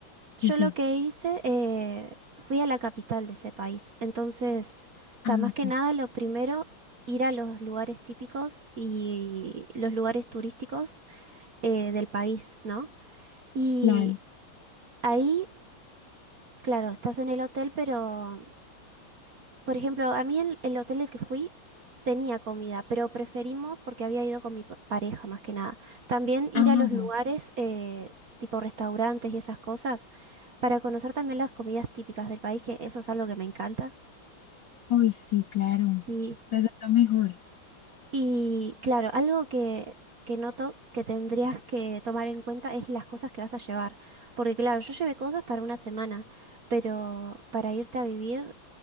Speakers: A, on the right; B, on the left.
A: Yo
B: Sí, sí.
A: lo que hice, eh, fui a la capital de ese país, entonces, ta,
B: Ah,
A: más
B: ok,
A: que nada, lo primero, ir a los lugares típicos y los lugares turísticos eh, del país, ¿no? Y
B: claro.
A: ahí, claro, estás en el hotel, pero, por ejemplo, a mí el, el hotel al que fui tenía comida, pero preferimos, porque había ido con mi pa- pareja más que nada, también ir
B: Ah,
A: a los lugares
B: ya.
A: eh, tipo restaurantes y esas cosas para conocer también las comidas típicas del país, que eso es algo que me encanta.
B: Uy, sí, claro.
A: Sí.
B: Estás dando mejor.
A: Y claro, algo que, que noto que tendrías que tomar en cuenta es las cosas que vas a llevar. Porque claro, yo llevé cosas para una semana, pero para irte a vivir